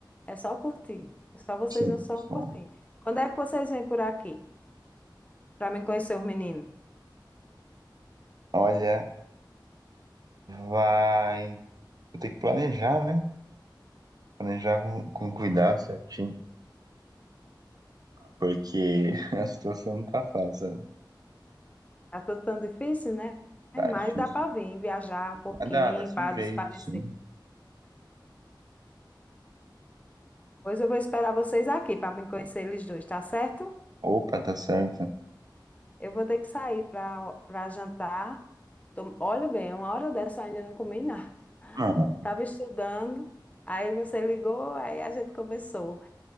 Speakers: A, on the left (about 20°); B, on the right (about 55°).
A: é só curtir. Só vocês
B: sim.
A: não só
B: só-
A: curtir. Quando é que vocês vêm por aqui? Para mim conhecer os meninos?
B: Olha. vai vou ter que planejar, né? Planejar com, com cuidado certinho, porque <laughs> a situação não tá fácil, sabe?
A: Tá tudo tão difícil, né?
B: tá
A: É, Mas
B: difícil.
A: dá para vir viajar um pouquinho
B: Mas dá, dá-se
A: para
B: um jeito,
A: desaparecer.
B: sim.
A: Pois eu vou esperar vocês aqui para me conhecer eles dois, tá certo?
B: Opa, tá certo.
A: Eu vou ter que sair para para jantar. Tô- olha bem, uma hora dessa eu ainda não comi nada. <laughs>
B: Não,
A: Tava estudando, aí você ligou, aí a gente conversou.